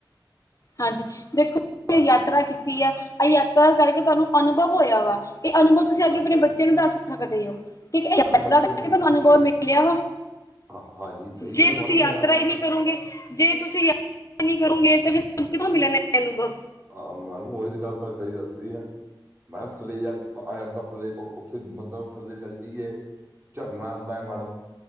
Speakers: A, on the left (about 40°); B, on the right (about 25°).
A: ਹਾਂਜੀ। ਦੇਖੋ
B: ਹਾਂਜੀ
A: ਯਾਤਰਾ ਕੀਤੀ ਆ। ਐ ਯਾਤਰਾ ਕਰਕੇ ਤਾਨੂੰ ਅਨੁਭਵ ਹੋਏਆ ਵਾ। ਏ ਅਨੁਭਵ ਤੁਸੀ ਅੱਗੇ
B: ਹਾਂਜੀ
A: ਅਪਣੇ
B: ਹਾਂਜੀ
A: ਬੱਚੇ ਨੂੰ ਦੱਸ ਸਕਦੇ ਓ। ਤੇ ਯਾਤਰਾ
B: ਮੈਡਮ ਬੱਚੇ
A: ਕਰਕੇ ਤਾਨੂੰ ਅਨੁਭਵ ਮਿਲਿਆ ਵਾ।
B: ਹਾਂ ਹਾਂਜੀ ਸਹੀ
A: ਜੇ
B: ਗੱਲ ਮੈਡਮ
A: ਤੁਸੀ ਯਾਤਰਾ
B: ਮੈਂ ਆਪਣੇ
A: ਈ ਨੀ ਕਰੋਗੇ, ਜੇ ਤੁਸੀ ਨੀ ਕਰੂੰਗੇ ਤੇ ਫੇਰ ਤਾਨੂੰ ਕਿੱਥੋਂ ਮਿਲਣੇ ਅਨੁਭਵ?
B: ਆ ਮੈਮ ਓਈ ਤੇ ਗੱਲ ਤਾਨੂੰ ਸਹੀ ਦੱਸਤੀ ਐ। ਮੈਂ ਥੱਲੇ ਯਾ ਆ ਜਾਂਦਾ ਥੱਲੇ ਓਥੇ ਮੰਦਬ ਥੱਲੇ ਜਾਂਦੀ ਏ। ਝਰਨਾ ਆਂਦਾ ਐ ਮੈਡਮ,